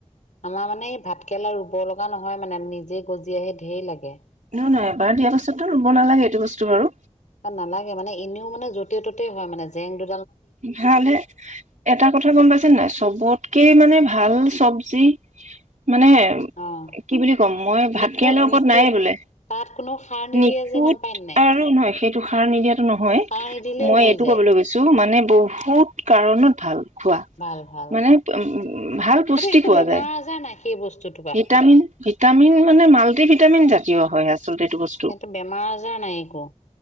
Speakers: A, on the left; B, on the right.
A: আমাৰ মানে ভাতকৰেলা ৰুব লগা নহয়, মানে নিজে গজি আহে ধে লাগে।
B: নহ নাই এবাৰ দিয়াৰ পাছতো ৰুব নালাগে। এইটো বস্তু বাৰু
A: নালাগে মানে এনেও মানে য'তে ততে হয় মানে জেং দু
B: ভাল হে এটা কথা গম পাইছা নে নাই? চবতকে মানে ভাল চব জি <unintelligible> মানে
A: অঁ
B: কি বুলি ক'ব, মই ভাত
A: নিখুঁত
B: কেৰেলা ওপৰত
A: নিখুঁত
B: নাই বোলে।
A: তাত কোনো সাৰ নিদিয়ে
B: নিখুঁত
A: যে গম পায় নাই
B: আৰু নহয় সেইটো সাৰ নিদিয়াটো নহয়।
A: সাৰ নিদিলেও
B: মই
A: হৈ
B: এইটো
A: যায়
B: কবলৈ গৈছো মানে। বহুত কাৰণত ভাল। খোৱা।
A: ভাল ভাল
B: মানে ভাল পুষ্টি
A: সেইটো একো
B: পোৱা
A: বেমাৰ
B: যায়।
A: আজাৰ নাই সেই বস্তুটোৰ পৰা
B: ভিটামিন, ভিটামিন মানে মাল্টি ভিটামিন জাত হয়। আচলতে এইটো বস্তু
A: সেইটো বেমাৰ আজাৰ নাই একো।